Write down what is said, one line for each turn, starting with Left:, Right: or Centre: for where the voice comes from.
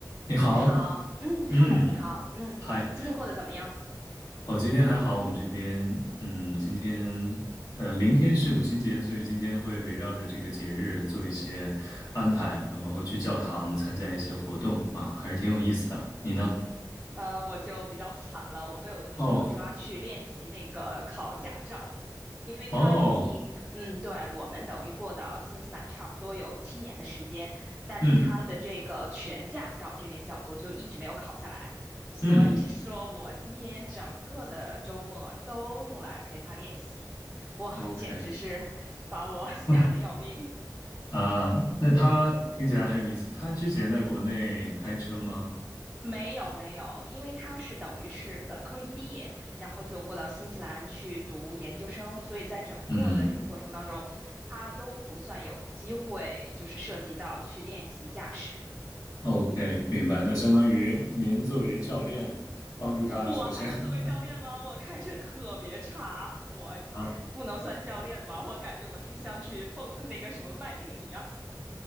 Left: 你好，
Centre: 你好，嗯，
Left: 嗯，
Centre: 嗨，你好，嗯，
Left: 嗨，
Centre: 今天过得怎么样？
Left: 哦，今天还好，我们这边，嗯，今天，呃，明天是母亲节，所以今天会围绕着这个节日做一些安排，然后包括去教堂参加一些活动啊，还是挺有意思的。你呢？
Centre: 呃，我就比较惨了，我被我的朋友抓去练习那个考驾照，
Left: 哦，
Centre: 因为他已经，
Left: 哦，
Centre: 嗯，对，我们等于过到新西兰差不多有七年的时间，但是他的这个全驾照这边叫做就一直没有考下来，
Left: 嗯
Centre: 所以说我今天整个的周末都用来陪他练习，
Left: 嗯
Centre: 哇，
Left: ，OK，
Centre: 简直是把我 <laughs> 吓得要命。
Left: <laughs> 啊，那他听起来很有意思。他之前在国内开车吗？
Centre: 没有没有，因为他是等于是本科一毕业，然后就过到新西兰去读研究生，所以在整个的这个过程当中，
Left: 嗯
Centre: 他都不算有机会，就是涉及到去练习驾驶。
Left: ，OK，明白。那相当于您作为教练，
Centre: 嗯嗯，
Left: 帮助他，
Centre: 我还能作为教练吗？
Left: 首先 <laughs>
Centre: 我开车特别差，我
Left: 啊。
Centre: 不能算教练吧？我感觉我是像去奉那个什么卖命一样。<laughs>